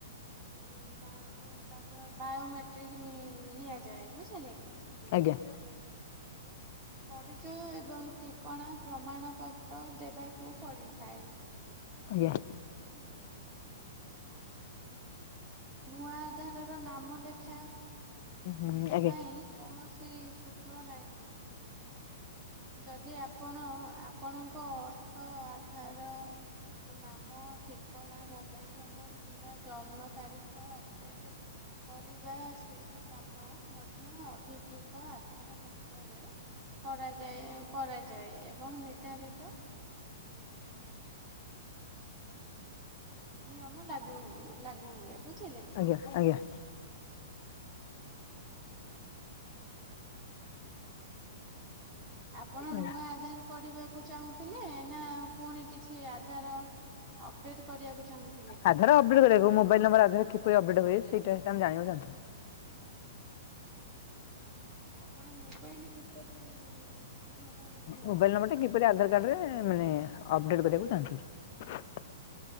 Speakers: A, on the right; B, on the left.
A: ତାପରେ ବାୟୋମେଟ୍ରିକ ନିଆଯା ବୁଝିଲେ।
B: ଆଜ୍ଞା
A: ପରିଚୟ ଏବଂ ଠିକଣା ପ୍ରମାଣପତ୍ର ଦେବାକୁ ପଡିଥାଏ।
B: ଆଜ୍ଞା
A: ବୁଝିଲେ ନୂଆ ଆଧାରର ନାମ ଲେଖା
B: ହୁଁ ଆଜ୍ଞା
A: ପାଇଁ କୌଣସି ଶୁକ୍ଳ ନାହିଁ। ଯଦି ଆପଣ ଆପଣଙ୍କ ଅର୍ଥ ଆଧାର ନାମ ଠିକଣା ମୋବାଇଲ ନମ୍ବର କିମ୍ବା ଜନ୍ମ ତାରିଖ ଅପଡେଟ କରିବା ସେହିକାମ ମଧ୍ୟ ଅଧିକୃତ ଆଧାର କରାଯାଏ ଏବଂ ନିର୍ଦ୍ଧାରିତ ନିୟମ ଲାଗେ ଲାଗୁ ହୁଏ ବୁଝିଲେ।
B: ଆଜ୍ଞା।
A: ଆପଣ
B: ଆଜ୍ଞା।
A: ନୂଆ ଆଧାର କରିବାକୁ ଚାହୁଁଥିଲେ ନା ପୁଣି କିଛି ଆଧାର। ଅପଡେଟ କରିବାକୁ ଚାହୁଁଥିଲେ
B: ଆଧାର ଅପଡେଟ୍ କରିବାକୁ ମୋବାଇଲ ନମ୍ବର ଆଧାର କିପରି ଅପଡେଟ୍ ହୁଏ ସେଇଟା ମୁଁ ଜାଣିବାକୁ ଚାହୁଁଥିଲି
A: ଆପଣ ମୋବାଇଲ କିପରି ଆଧାରରେ ଲିଙ୍କ
B: ମୋବାଇଲ
A: କରିବେ?
B: ନମ୍ବର ଟା କିପରି ଆଧାର କାର୍ଡ ରେ ଅପଡ଼େଟ୍ କରିବାକୁ ଚାହୁଁଥିଲି